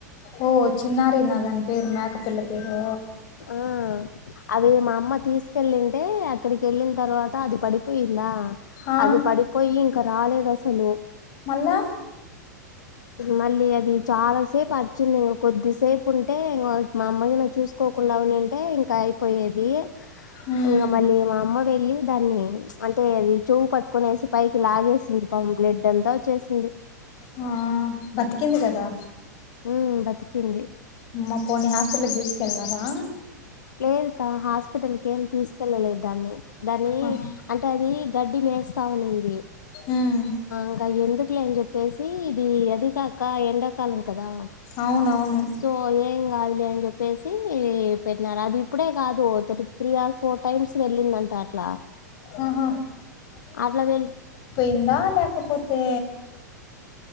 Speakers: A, on the left; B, on the left.
A: ఓ చిన్నారి నా దాని పేరు మేక పిల్ల పేరూ
B: ఆ అవి మా అమ్మ తీసుకెళ్ళింది ఏ అక్కడికి ఎళ్ళిన తర్వాత అది పడిపోయిందా
A: ఆ
B: అది పడిపోయి కా రాలేదు అసలు
A: మల్లా
B: మళ్ళీ అది చాలాసేపు అరిచింది ఇంగ కొద్దిసేపు ఉంటే ఇంగో మా అమ్మది నేను చూసుకోకుండానింటే ఇంకా అయిపోయేదీ
A: ఉమ్
B: ఇంగా మళ్ళీ మా అమ్మ వెళ్ళి దాన్ని అంటే అది చెవు పట్టుకునేసి పైకి లాగేసింది పాపం బ్లడ్ అంతా వచ్చేసింది
A: ఆ బతికింద కదా
B: ఉ బతికింది
A: అమ్మ పోనీ హాస్పిటల్కి తీసుకెళ్ళినారా
B: లేదు కా హాస్పిటల్కి ఏమి తీసుకెళ్ళలేదు దాన్ని దాని
A: ఆ,
B: అంటే అది గడ్డి మెస్ తా ఉన్నింది
A: ఉమ్
B: ఇంకా ఎ ఎందుకులేని చెప్పేసి ఇది అదికాక ఎండాకాలం కదా
A: అవునవును
B: సో ఏం కాదులే అని చెప్పేసి పే అది ఇప్పుడే కాదు తర్ త్రీ ఆర్ ఫోర్ టైమ్స్ వెళ్ళింది అంట అట్లా
A: ఆహా
B: అట్లా వె
A: కిందా లేకపోతే